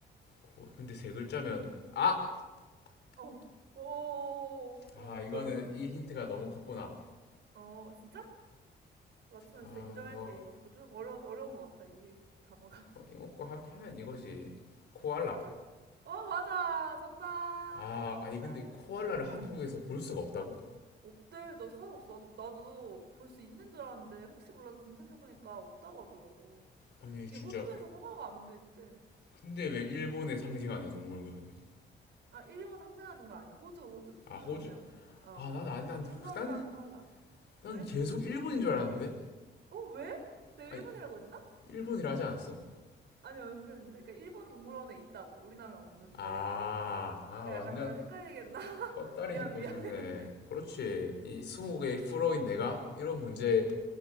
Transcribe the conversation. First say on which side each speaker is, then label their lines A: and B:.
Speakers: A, on the left; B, on the right.
A: 코. 근데 세 글자면 아,
B: 어. 오. 어 어,
A: 아
B: 어. 어,
A: 이거는
B: 뭐야 뭐야.
A: 이 힌트가 너무 컸구나.
B: 어 진짜? 맞추면
A: 아
B: 진짜 인정할게
A: 이거
B: 이거. 이거 좀 어려 어려운 것 같아 이 단어가.
A: 이거 먹고 하, 면 이거지. 코알라.
B: 진짜? 어 맞아 정답
A: 아
B: 딱딱딱딱
A: 아니 근데 코알라를 한국에서
B: 어
A: 볼 수가 없다고?
B: 없대 나 찾아봤어 나도, 나도 볼 수 있는 줄 알았는데 혹시 몰라서 검색해보니까 없다고 하더라고
A: 아니
B: 이게
A: 진짜.
B: 호주에서 허가가 안 돼 있대
A: 근데 왜 일본에 상징하는 동물인 거야 그게?
B: 아 일본 상징하는 동물 아니야 호주 호주
A: 아
B: 호주
A: 호주.
B: 상징하는 동물 어
A: 아 난 아니 난
B: 캥거루랑
A: 나는
B: 호알라
A: 난
B: 왜?
A: 계속 일본인 줄 알았는데.
B: 어 왜? 내가
A: 아니
B: 일본이라고 했나?
A: 일본이라 하지 않았어?
B: 아니 은근했는데 그러니까 일본 동물원에 있다고 우리나라는 없는데
A: 아, 아
B: 내가
A: 완전
B: 약간 말을 헷갈리겠나? <laughs>
A: 헛다리
B: 미안
A: 짚고
B: 미안해
A: 있었네. 그렇지. 이 20개의 프로인 내가 이런 문제